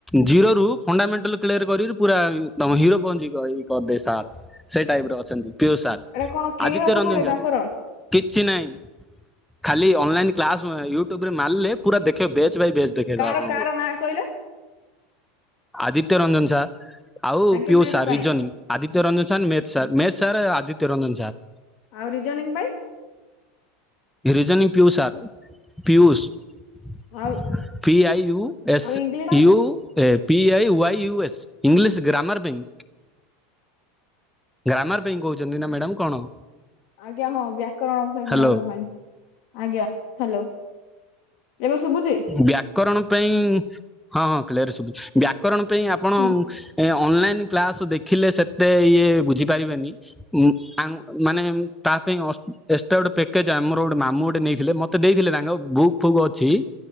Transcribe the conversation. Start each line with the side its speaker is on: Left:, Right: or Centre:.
Centre: ଜିରୋ ରୁ ଫଣ୍ଡାମେଣ୍ଟାଲ କ୍ଲିଅର କରି ପୁରା ତମ କୁ ହିରୋ ପହଞ୍ଚିକଇ କରିଦେ ସାର୍ ସେ ଟାଇପର ଅଛନ୍ତି। ପିୟୁଷ ସାର୍
Left: ଏଇଟା କଣ କିଣିବାକୁ
Centre: ଆଦିତ୍ୟ ରଞ୍ଜନ
Left: ପଡେ
Centre: ସାର
Left: ତାଙ୍କର
Centre: କି କିଛି ନାଇଁ ଖାଲି ଅନଲାଇନ୍ କ୍ଲାସ ୟୁଟ୍ୟୁବ ରେ ମାରିଲେ ପୁରା ଦେଖୀ ବ ବେ ସ ବାଇ ବେସ ଦେଖେଇଦବ
Left: କାର
Centre: ଆପଣଙ୍କୁ।
Left: କାର ନାଁ କହିଲା
Centre: ଆଦିତ୍ୟ ରଞ୍ଜନ ସାର୍ ଆଉ
Left: ତାଙ୍କେ
Centre: ପିୟୁଷ
Left: ମ୍ୟାଥ
Centre: ସାର୍
Left: ପାଇଁ
Centre: reasoning Aditya Ranjan sir math sir math sir Aditya Ranjan sir.
Left: ଆଉ ରିଜନିଂ ପାଇଁ?
Centre: ରିଜନିଙ୍ଗ ପିୟୁଷ ସାର୍ ପିୟୁଷ
Left: ଆଉ
Centre: ପି ଆଇୟୁ ଏସ୍
Left: ଆଉ ଇଂଲିଶ ପାଇଁ
Centre: U A P I Y U S. English grammar ପାଇଁ ଗ୍ରାମାର ପାଇଁ କହୁଛନ୍ତି ନା ମ୍ୟାଡାମ କଣ?
Left: ଆଜ୍ଞା ହଁ ବ୍ୟାକରଣ ସେ
Centre: ହ୍ୟାଲୋ
Left: ଗୁଡାକ ପାଇଁ ଆଜ୍ଞା ହ୍ୟାଲୋ। ଏବେ ଶୁଭୁଛି?
Centre: ବ୍ୟାକରଣ ପାଇଁ ହଁ ହଁ କ୍ଲେଅର ଶୁଭୁଚି ବ୍ୟାକରଣ ପାଇଁ ଆପଣ
Left: ହୁଁ
Centre: ଅନଲାଇନ କ୍ଲାସ ଦେଖିଲେ ସେତେ ଇଏ ବୁଝିପାରିବେନି। ଆମ ମାନେ ତା ପାଇଁ ଅସ୍ ଏକ୍ସଟ୍ରା ଗୋଟେ ପେକ୍ କେଜ୍ ଆମର ଗୋଟେ ମାମୁଁ ଗୋଟେ ନେଇଥିଲେ ମୋତେ ଦେଇଥିଲେ ତାଙ୍କ ବୁକ୍ ଫୁକ୍ ଅଛି।